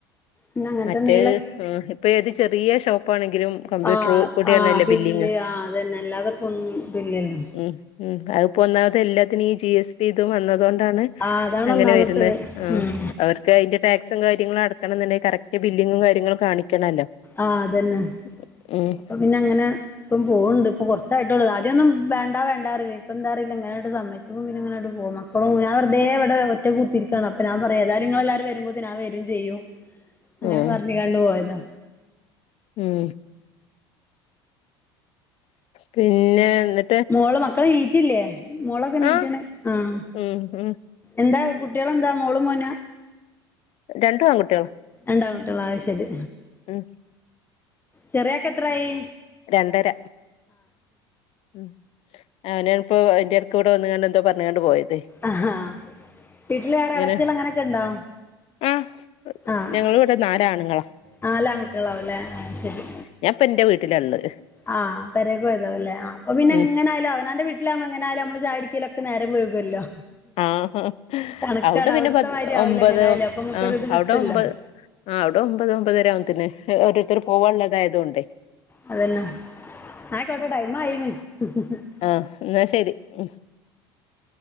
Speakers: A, on the left; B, on the left.
A: പിന്നെ അങ്ങനത്തെ
B: മറ്റേ.
A: എന്തെങ്കിലും
B: ഉം ഇപ്പോ ഏത് ചെറിയ ഷോപ്പാണെങ്കിലും. കമ്പ്യൂട്ടർ
A: ആഹ്
B: കൂടിയാണല്ലോ
A: ആഹ് ബില്ല്
B: ബില്ലിങ്
A: ആഹ് അത് തന്നെ അല്ലാതെ ഇപ്പോ ഒന്നും ബില്ലില്ലാ.
B: ഉം ഉം അത് ഇപ്പം ഒന്നാമത് എല്ലാത്തിനും ഈ ജി എസ് ടി ഇതും വന്നത് കൊണ്ടാണ്.
A: ആ അതാണ്
B: അങ്ങനെ
A: ഒന്നാമത്തത്
B: വേരുന്നേ ആഹ്.
A: ഉം
B: അവർക്ക് അയിന്റെ ടാക്സും കാര്യങ്ങളും അടക്കണം എന്ന് ഉണ്ടെങ്കി കറക്റ്റ് ബില്ലിങ്ങും കാര്യങ്ങളും കാണിക്ക്യാണല്ലോ.
A: ആഹ് അത് തന്നെ.
B: ഉം ഏഹ്.
A: അപ്പം പിന്നെ അങ്ങനാ. ഇപ്പം പോവണ്ട് ഇപ്പോ കോറച്ചായിട്ട് ഒള്ള് ആദ്യം ഒന്നും വേണ്ട വേണ്ടാ അറില്ലാ ഇപ്പൊ എന്താറിയില്ല എങ്ങനെയാണ്ട് സമ്മായിച്ച്. അപ്പോ പിന്നെ അങ്ങനോട്ട് പോന്നു. അപ്പ ഞാൻ വെറുതെ ഇവടെ ഒറ്റക്ക കൂത്തിരിക്ക്യയാണ് അപ്പൊ ഞാൻ പറയാം ഏതായലും നിങ്ങള് എല്ലാരും വെരുമ്പോത്തേന് ഞാൻ വെരും ചെയ്യും. അങ്ങനെ
B: ഉം
A: പറഞ്ഞ്ങ്ങാട്ട് പോയതാ.
B: ഉം. പിന്നെ എന്ന്
A: മോള് മക്കളെ എറ്റില്ലേ മോളൊക്കെ എണിറ്റാണ്
B: ആഹ്
A: ആഹ്.
B: ഉം ഉം
A: എന്താ കുട്ടികള് എന്താ മോളും, മോനും ആ?
B: രണ്ടും ആൺകുട്ടിയോളാ.
A: രണ്ട് ആൺകുട്ടികളാ ആഹ് ശേരി.
B: ഉം.
A: ചെറിയാക്ക് എത്ര ആയി.
B: രണ്ട് അര. ഉം അവനാണിപ്പോ എന്റെ എടയ്ക്ക് ഇവടെ വന്ന്ങ്ങാണ്ട് എന്തോ പറഞ്ഞു ങ്ങാട്ട് പോയതേ.
A: ആഹാ വീട്ടില് വേറെ
B: അങ്ങനെ
A: ഇളച്ചികൾ അങ്ങനെയൊക്കെ ഉണ്ടോ
B: ആഹ്
A: ആഹ്
B: ഞങ്ങള് ഇവി ഒക്കെ നാല് ആണ്ങ്ങളാ.
A: നാല് ആൺകുട്ടികളാവും അല്ലേ ആഹ് ശേരി.
B: ഞാൻ ഇപ്പേ എന്റെ വീട്ടിലാ ഒള്ളാത്.
A: ആഹ് പേരോ പോയതാവും അല്ലേ ആഹ് അപ്പേ പിന്നെ
B: ഉം
A: എങ്ങനൊലും അവനാന്റെ വീട്ടിലാവുമ്പോ എങ്ങനയായാലും നമ്മള് ചായകുടിയ്ക്കലോക്കെ നേരം വൈകുവല്ലോ.
B: ആഹ്
A: കണക്കാണ്അവടത്തെ
B: അവിടെ പിന്നെ പ
A: മാതിരി ആവൂല്ലാ
B: ഒമ്പത്
A: എങ്ങനെയായാലും അപ്പൊ നമ്മ്ക്ക്
B: ആഹ്
A: ഇത്
B: അവിടെ
A: കിട്ടുവല്ലോ.
B: ഒമ്പത് ആഹ് അവടെ ഒമ്പത് ഒമ്പതേരാ ആവുമ്പത്തേന് ഓരോരുത്തര് പോവാനുള്ളത് ആയതോകൊണ്ടേ.
A: അയ് തന്നെ എന്നാ ആയിക്കോട്ടെ ടൈമായീന്ന്.
B: ആഹ് എന്നാ ശരി ഉം